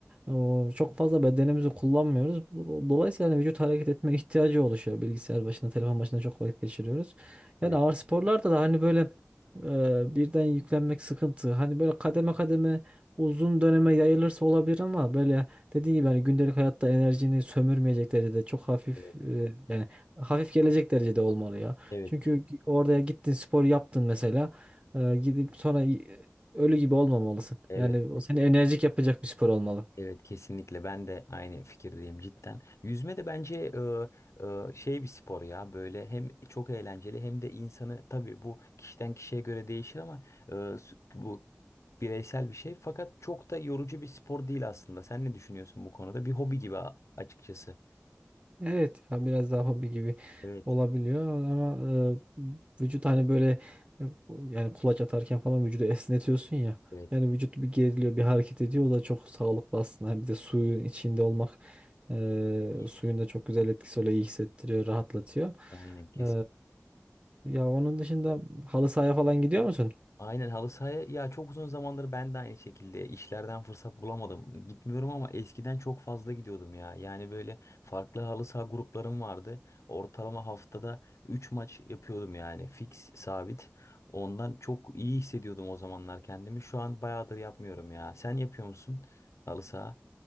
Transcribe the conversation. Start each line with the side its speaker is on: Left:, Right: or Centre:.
Right: o çok fazla bedenimizi kullanmıyoruz. Bu- Dolayısıyla hani vücut hareket etme ihtiyacı oluşuyor. Bilgisayar başında, telefon başında çok vakit geçiriyoruz. Yani
Left: Evet,
Right: ağır sporlarda da hani böyle e, birden yüklenmek sıkıntı. Hani böyle kademe kademe uzun döneme yayılırsa olabilir ama böyle Dediğim gibi hani gündelik hayatta enerjini sömürmeyecek derecede çok hafif
Left: evet,
Right: e, yani hafif gelecek derecede olmalı ya.
Left: evet
Right: Çünkü
Left: ki,
Right: gi- oraya gittin spor yaptın mesela e, gidip sonra y- ölü gibi olmamalısın.
Left: evet,
Right: Yani o seni enerjik yapacak bir spor olmalı.
Left: evet kesinlikle ben de aynı fikirdeyim cidden. Yüzme de bence e, e, şey bir spor ya böyle hem çok eğlenceli hem de insanı tabii bu kişiden kişiye göre değişir ama e, s- bu bireysel bir şey fakat çok da yorucu bir spor değil aslında. Sen ne düşünüyorsun bu konuda? Bir hobi gibi a- açıkçası.
Right: Evet ya biraz daha hobi gibi
Left: Evet,
Right: olabiliyor ama e, vücut hani böyle e, yani kulaç atarken falan vücudu esnetiyorsun ya.
Left: evet.
Right: Yani vücut bir geriliyor, bir hareket ediyor. O da çok sağlıklı aslında. Hem Bir de suyun içinde olmak e,
Left: İyi.
Right: suyun da çok güzel etkisi oluyor. iyi hissettiriyor, rahatlatıyor.
Left: Aynen kesin.
Right: E, ya onun dışında halı sahaya falan gidiyor musun?
Left: Aynen halı sahaya ya çok uzun zamandır ben de aynı şekilde işlerden fırsat bulamadım. Gitmiyorum ama eskiden çok fazla gidiyordum ya. Yani böyle farklı halı saha gruplarım vardı. Ortalama haftada 3 maç yapıyordum yani fix sabit. Ondan çok iyi hissediyordum o zamanlar kendimi. Şu an bayağıdır yapmıyorum ya. Sen yapıyor musun halı saha?